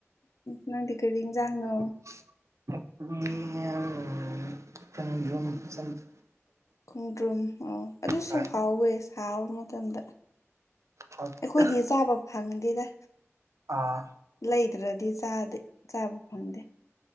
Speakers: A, on the left; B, on the right.
A: ꯅꯪꯗꯤ ꯀꯔꯤ ꯏꯟꯖꯥꯡꯅꯣ
B: <unintelligible>
A: ꯈꯣꯡꯗ꯭ꯔꯨꯝ ꯑꯣ ꯑꯗꯨꯁꯨ
B: ꯆꯥꯏ꯫
A: ꯍꯥꯎꯋꯦ ꯁꯥꯕ ꯃꯇꯝꯗ
B: ꯍꯥꯎꯇꯦꯗ꯫
A: ꯑꯩꯈꯣꯏꯗꯤ ꯆꯥꯕ ꯐꯪꯗꯦꯗ
B: ꯑꯥ
A: ꯂꯩꯗ꯭ꯔꯗꯤ ꯆꯥꯗꯦ ꯆꯥꯕ ꯐꯪꯗꯦ